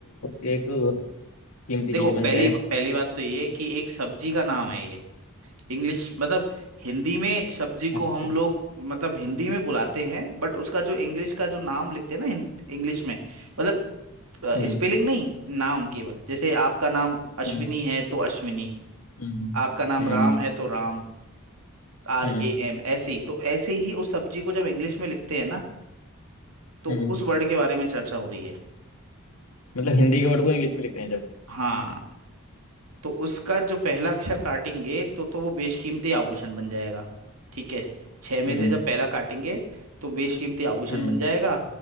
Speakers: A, on the left (about 85°); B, on the right (about 80°).
A: एक कीमती
B: देखो
A: चीज
B: ठीक
A: बन
B: पहली
A: जाए
B: है पहली बात तो ये कि एक सब्जी का नाम है ये इंग्लिश मतलब हिंदी में सब्जी
A: अच्छा
B: को हम
A: अच्छा
B: लोग मतलब हिंदी में बुलाते हैं बट उसका जो इंग्लिश का जो नाम लिखते हैं ना हिं- इंग्लिश में मतलब
A: हम्म
B: स्पेलिंग नहीं नाम केवल जैसे आपका नाम अश्विनी
A: हम्म
B: है तो अश्विनी
A: हम्म
B: आपका नाम
A: हम्म
B: राम है तो राम आर
A: हम्म
B: ए एम ऐसे ही तो ऐसे ही उस सब्जी को जब इंग्लिश में लिखते हैं ना तो
A: हम्म
B: उस वर्ड के बारे में चर्चा हो रही है
A: मतलब हिंदी के वर्ड को इंग्लिश में लिख रहे हैं जब
B: हाँ तो उसका जो पहला अक्षर काटेंगे तो तो वो बेशकीमती आभूषण बन जाएगा ठीक है छह में
A: हम्म
B: से जब पहला काटेंगे तो बेशकीमती आभूषण
A: हम्म
B: बन जाएगा